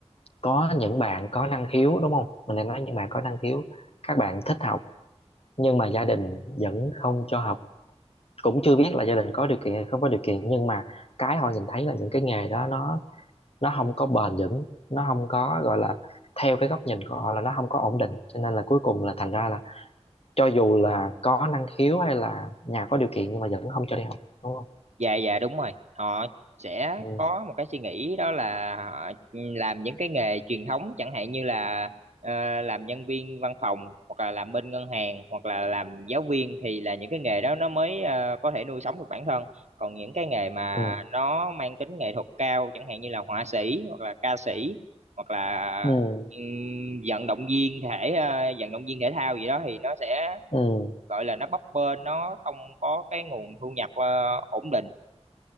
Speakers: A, on the left; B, on the right.
A: có những bạn có năng khiếu đúng không mình đang nói những bạn có năng khiếu các bạn thích học nhưng mà gia đình vẫn không cho học cũng chưa biết là gia đình có điều kiện hay không có điều kiện nhưng mà cái họ nhìn thấy là những cái nghề đó nó nó không có bền vững nó không có gọi là theo cái góc nhìn của họ là nó không có ổn định cho nên là cuối cùng là thành ra là cho dù là có năng khiếu hay là nhà có điều kiện nhưng mà vẫn không cho đi học đúng không
B: dạ dạ đúng rồi họ sẽ
A: ừ
B: có một cái suy nghĩ đó là họ ừ, làm những cái nghề truyền thống chẳng hạn như là ờ, làm nhân viên văn phòng hoặc là làm bên ngân hàng hoặc là làm giáo viên thì là những cái nghề đó nó mới ờ, có thể nuôi sống được bản thân còn những cái nghề mà
A: ừ
B: nó mang tính nghệ thuật cao chẳng hạn như là họa sĩ hoặc là ca sĩ hoặc là
A: ừ
B: ừm, vận động viên thể ờ, vận động viên thể thao gì đó thì nó sẽ
A: ừ
B: gọi là nó bấp bênh nó không có cái nguồn thu nhập ờ, ổn định